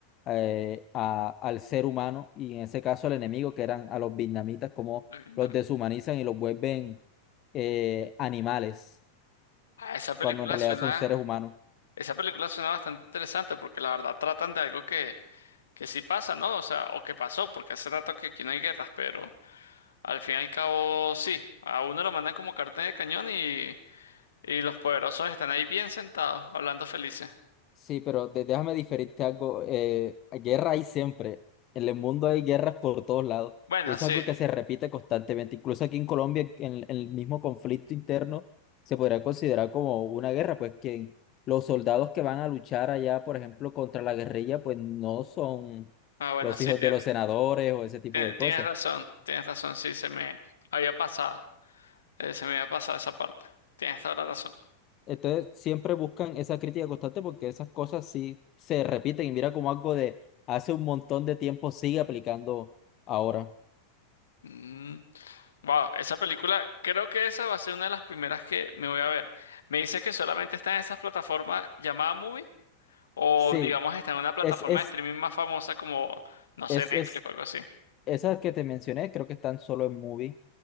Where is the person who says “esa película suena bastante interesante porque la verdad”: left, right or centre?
Left